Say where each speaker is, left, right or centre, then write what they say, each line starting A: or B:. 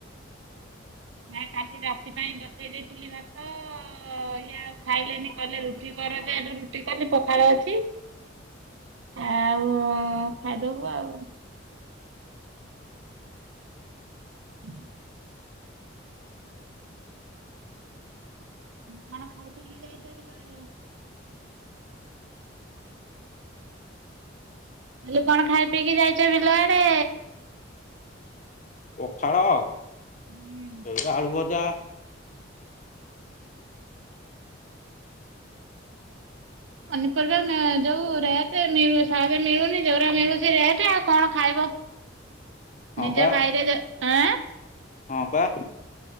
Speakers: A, on the right; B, on the left.
A: ନା କାଲି ରାତି ପାଇଁ ବସେଇ ଦେଇଥିଲି ଭାତ ଇଏ ଆଉ ଖାଇଲେନି କଲେ ରୁଟି। ଘଜାଠୁ ରୁଟି କଲି ପଖାଳ ଅଛି ଆଉ ଖାଇଦବୁ ଆଉ। ହୁଁ। କନ ଖାଇପିଇକି ଯାଇଛ ବିଲ ଆଡେ। ଖଲି କଣ ଖାଇ ପିଇକି ଯାଇଛ ବିଲଆଡେ।
B: ପଖାଳ।
A: ହୁଁ।
B: ସେ ଆଳୁଭଜା।
A: ପନିପରିବା ଆ ଯୋଉ ରେଟ ସହଜେ ମିଳୁନି ଜଉରା ମିଳୁଛି ରେଟ ଆଉ କଣ ଖାଇବ।
B: ହଁ
A: ନିଜେ
B: ପା
A: ବାଇରେ ଯେ ଆଁ।
B: ହଁ ପା